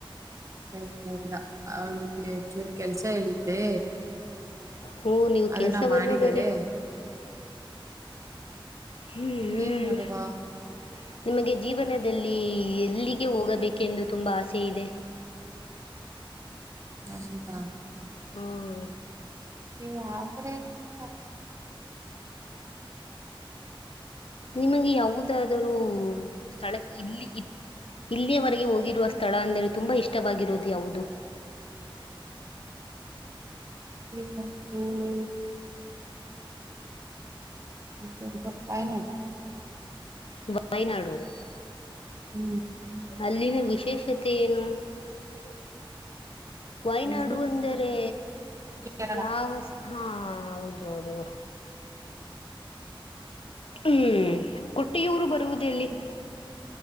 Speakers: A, on the right; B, on the left.
A: ಏ ಇಲ್ಲ ಇಲ್ಲ ಅವಳಿಗೆ ಒಂಚೂರು ಕೆಲ್ಸ ಹೇಳಿದ್ದೆ.
B: ಹೋ ನೀವು
A: ಅದನ್ನ
B: ಕೆಲಸವನ್ನು
A: ಮಾಡಿದಾಳೆ
B: ಬೇರೆ <unintelligible> ಹ್ಮ್
A: ಇನ್ನೇನ್
B: ಹ್ಮ.
A: ಮಾಡುವ
B: <unintelligible> ನಿಮಗೆ ಜೀವನದಲ್ಲಿ ಎಲ್ಲಿಗೆ ಹೋಗಬೇಕೆಂದು ತುಂಬಾ ಆಸೆ ಇದೆ. <unintelligible>
A: ವಾಸುದಂ. <unintelligible>
B: ಹ್ಮ್
A: ನಿಂಗ್ ಆತರಾ ಏನ್. <unintelligible>
B: ನಿಮಗೆ ಯಾವುದಾದರೂ ಸ್ಥಳಕೇ ಇಲ್ಲಿ ಇ <unintelligible> ಇಲ್ಲಿಯವರೆಗೆ ಹೋಗಿರುವ ಸ್ಥಳ ಅಂದರೆ ತುಂಬ ಇಷ್ಟವಾಗಿರೋದು ಯಾವುದು? <unintelligible>
A: ಟಿ ಕಪ್ಪು. <unintelligible> <inaudible>
B: ವಾಯ ನಾಡು. <unintelligible>
A: ಹ್ಮ್. <unintelligible>
B: ಅಲ್ಲಿನ ವಿಶೇಷತೆ ಏನು? <unintelligible> ವೈನಾಡು
A: ಅಲ್ಲಿ
B: ಅಂದರೆ
A: ಕೇರಳ
B: ಯಾವ ಹಾ ಹೌದು ಹೌದು ಊರು. <unintelligible> ಹ್ಮ್ ಊಟ್ಟಿ ಊರು ಬರುವುದು ಎಲ್ಲಿ.
A: ಹ್ಮ್,
B: <unintelligible>